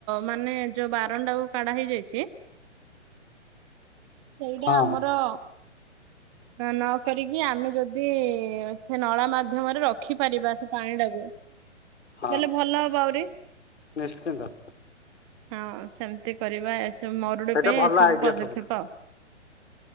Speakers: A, on the right; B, on the left.
A: ମାନେ ଯୋଉ ବାରଣ୍ଡାକୁ କାଢା ହେଇଯାଇଛି। ସେଇଟା
B: ହଁ
A: ଆମର ନ କରିକି ଆମେ ଯଦି ସେ ନଳା ମାଧ୍ୟମରେ ରଖିପାରିବା ସେ ପାଣି ଟାକୁ
B: ହଁ
A: ହେଲେ ଭଲ ହବ ଆହୁରି।
B: ନିଶ୍ଚିନ୍ତ।
A: ହଁ ସେମିତି କରିବା ଏସବୁ ମରୁଡି
B: ସେଇଟା
A: ପାଇଁ
B: ଭଲ
A: ଏସବୁ
B: ଆଇଡିଆ
A: ପଦକ୍ଷେପ
B: ସବୁଠୁ
A: ଆ